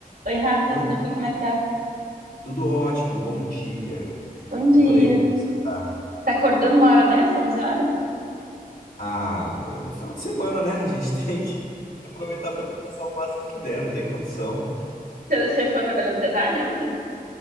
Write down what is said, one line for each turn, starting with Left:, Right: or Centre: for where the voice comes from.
Right: Oi, Rafa,
Left: Bom,
Right: tudo bem? Como é que tá?
Left: tudo ótimo, bom dia.
Right: Bom dia.
Left: E por aí, como é que você tá?
Right: Tá acordando uma hora dessa, 11 horas?
Left: Ah, final de semana, né? A gente tem que <laughs> aproveitar para descansar o máximo que der, não tem condição.
Right: Você você ficou trabalhando até tarde ontem?